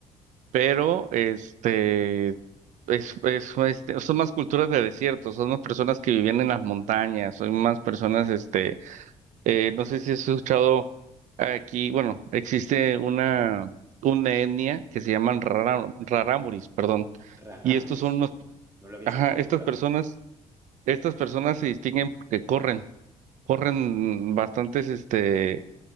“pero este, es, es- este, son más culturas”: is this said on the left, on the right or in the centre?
Right